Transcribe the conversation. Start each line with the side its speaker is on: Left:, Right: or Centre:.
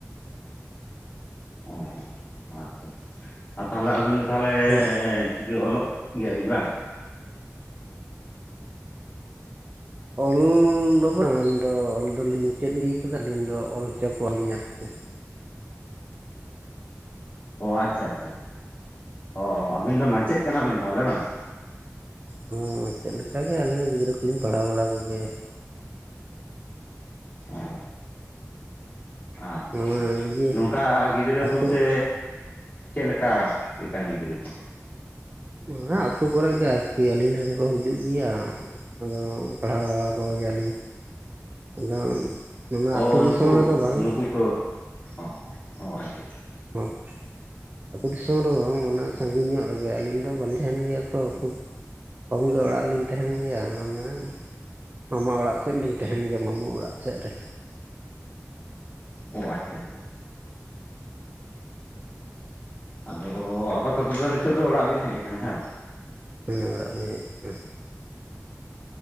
Left: ᱚ ᱟᱪᱪᱷᱟ ᱟᱪᱪᱷᱟ ᱟᱨ ᱛᱟᱦᱚᱞᱮ ᱟᱵᱤᱱ ᱫᱚ ᱛᱟᱦᱚᱞᱮ
Right: ᱦᱮᱸ
Left: ᱪᱤᱠᱟᱹ ᱚᱞᱚᱜ ᱜᱮᱭᱟᱵᱤᱱ ᱵᱟᱝ
Right: ᱚᱞ ᱫᱚ ᱵᱟᱝ ᱟᱹᱞᱤᱧ ᱫᱚ ᱚᱞ ᱫᱚᱞᱤᱧ ᱢᱩᱪᱟᱹᱫ ᱤᱫᱤ ᱠᱟᱫᱟ ᱟᱹᱞᱤᱧ ᱫᱚ ᱚᱞ ᱦᱚᱪᱚ ᱠᱚᱣᱟᱞᱤᱧ ᱟᱨᱠᱤ
Left: ᱚ ᱟᱪᱪᱷᱟ ᱟᱪᱪᱷᱟ ᱚ ᱟᱹᱵᱤᱱ ᱫᱚ ᱢᱟᱪᱮᱫ ᱠᱟᱱᱟᱵᱤᱱ ᱛᱟᱦᱚᱞᱮ ᱵᱟᱝᱼᱟ
Right: ᱦᱮᱭ ᱪᱮᱫᱞᱠᱟᱜᱮ ᱟᱹᱞᱤᱧ ᱨᱮᱱ ᱜᱤᱫᱽᱨᱟᱹ ᱠᱚᱞᱤᱧ ᱯᱟᱲᱦᱟᱣ ᱵᱟᱲᱟ ᱠᱚᱜᱮᱭᱟ
Left: ᱚ ᱟᱪᱪᱷᱟ ᱟᱪᱪᱷᱟ
Right: ᱱᱚᱣᱟ ᱤᱭᱟᱹ
Left: ᱱᱚᱝᱠᱟ ᱜᱤᱫᱽᱨᱟᱹ
Right: ᱟᱛᱳ
Left: ᱵᱚᱞᱛᱮ ᱪᱮᱫ ᱞᱮᱠᱟ ᱠᱟᱱ ᱜᱤᱫᱽᱨᱟᱹ ᱠᱚ
Right: ᱱᱚᱣᱟ ᱟᱛᱩ ᱠᱚᱨᱮᱜ ᱜᱮ ᱟᱨᱠᱤ ᱟᱹᱞᱤᱧ ᱴᱷᱮᱱ ᱠᱚ ᱦᱤᱡᱩᱜ ᱜᱮᱭᱟ ᱟᱫᱚ ᱯᱟᱲᱦᱟᱣ ᱵᱟᱲᱟ ᱠᱚᱜᱮᱭᱟᱞᱤᱧ ᱟᱫᱚ ᱚᱱᱟ
Left: ᱚ
Right: ᱟᱹᱛᱩ
Left: ᱱᱩᱠᱩ
Right: ᱫᱤᱥᱚᱢ ᱨᱮᱫᱚ ᱵᱟᱝ
Left: ᱱᱩᱠᱩ ᱠᱚ ᱚ ᱚ ᱟᱪᱪᱷᱟ ᱟᱪᱪᱷᱟ
Right: ᱦᱩ <unintelligible> ᱟᱛᱩ ᱫᱤᱥᱚᱢ ᱨᱮᱦᱚᱸ ᱢᱟᱱᱮ ᱥᱟᱺᱜᱤᱧ ᱧᱚᱜ ᱨᱮᱜᱮ ᱟᱞᱤᱧ ᱫᱚ ᱵᱟᱹᱞᱤᱧ ᱛᱟᱦᱮᱱ ᱜᱮᱭᱟ ᱛᱚ ᱠᱷᱩᱵᱽ ᱠᱚᱢ ᱜᱮ ᱚᱲᱟᱜ ᱨᱮ ᱞᱤᱧ ᱛᱟᱦᱮᱱ ᱜᱮᱭᱟ ᱚᱱᱟ ᱢᱟᱢᱟ ᱚᱲᱟᱜ ᱥᱮᱫ ᱞᱤᱧ ᱛᱟᱦᱮᱱ ᱜᱮᱭᱟ ᱢᱟᱢᱩ ᱚᱲᱟᱜ ᱥᱮᱫ ᱨᱮ
Left: ᱚ ᱟᱪᱪᱷᱟ ᱟᱪᱪᱷᱟ ᱟᱫᱚ ᱟᱯᱟᱛᱚᱛᱚ ᱫᱚ ᱱᱤᱛᱳᱜ ᱫᱚ ᱚᱲᱟᱜ ᱵᱮᱤᱱ ᱦᱮᱡ ᱠᱟᱱᱟ ᱦᱮᱸ ᱵᱟᱝ
Right: ᱦᱮᱸ ᱚᱲᱟᱜ ᱞᱮ ᱦᱮᱡ ᱠᱟᱱᱟ᱾